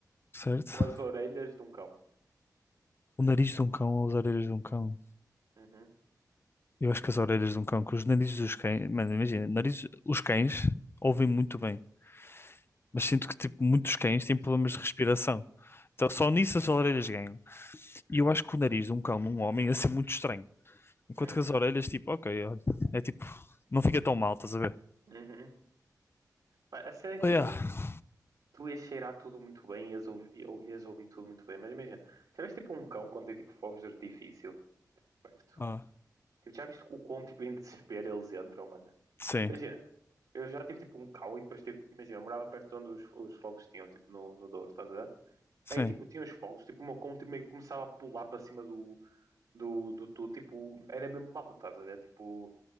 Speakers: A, on the left; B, on the right.
A: certo?
B: ou as orelhas de um cão?
A: O nariz de um cão ou as orelhas de um cão?
B: Uhum.
A: Eu acho que as orelhas de um cão, que os narizes dos cães. Mano, imagina, nariz, os cães ouvem muito bem. mas sinto que tipo, muitos cães têm
B: Isso,
A: problemas
B: mano.
A: de respiração. Então, só nisso as orelhas ganham. E eu acho que o nariz de um cão num homem ia ser muito estranho. Enquanto
B: Hum,
A: que as orelhas, tipo, ok, olha, é tipo, não fica tão mal, estás a ver?
B: Uhum. Mas a cena é tipo,
A: Oh, yeah.
B: tu ias cheirar tudo muito bem, ias ouvir, ias ouvir tudo muito bem, mas imagina, já viste tipo um cão quando tem tipo fogos de artifício perto?
A: Ah,
B: Tipo, já viste o quão tipo em desespero eles entram, mano?
A: sim,
B: Imagina, eu já tive tipo um cão e depois tipo, imagina, eu morava perto de onde os, os fogos tinham, tipo no, no Douro, estás a ver?
A: sim.
B: Aí tipo, tinha os fogos, tipo o meu cão tipo, meio que começava a pular para cima do, do, do tu, tipo, era mesmo mau, estás a ver? Tipo,